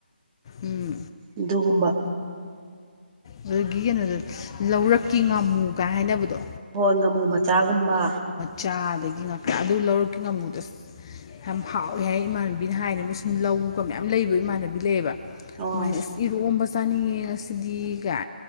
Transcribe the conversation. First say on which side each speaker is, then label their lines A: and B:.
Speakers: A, on the left; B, on the right.
A: ꯎꯝ
B: ꯑꯗꯨꯒꯨꯝꯕ
A: ꯑꯗꯨꯗꯒꯤ ꯀꯩꯅꯣꯗꯣ ꯂꯧꯔꯛꯀꯤ ꯉꯥꯃꯨ ꯀꯥꯏ ꯍꯥꯏꯅꯕꯗꯣ
B: ꯍꯣꯏ ꯉꯥꯃꯨ ꯃꯆꯥꯒꯨꯝꯕ
A: ꯆꯥꯗꯒꯤ ꯉꯥꯛꯇ ꯑꯗꯨ ꯂꯧꯔꯛꯀꯤ ꯉꯃꯨꯗꯣ ꯌꯥꯝ ꯍꯥꯎꯋꯦ ꯍꯥꯏ ꯏꯃꯥꯟꯅꯕꯤꯅ ꯍꯥꯏꯅꯤ ꯃꯣꯏ ꯁꯨꯝ ꯂꯧꯒ ꯃꯌꯥꯝ ꯂꯩꯕ ꯏꯃꯥꯟꯅꯕꯤ ꯂꯩꯌꯦꯕ
B: ꯑꯣ
A: ꯃꯥꯏꯅ ꯑꯁ ꯏꯔꯣꯝꯕ ꯆꯥꯅꯤꯡꯉꯦ ꯉꯁꯤꯗꯤ ꯀꯥꯢꯅ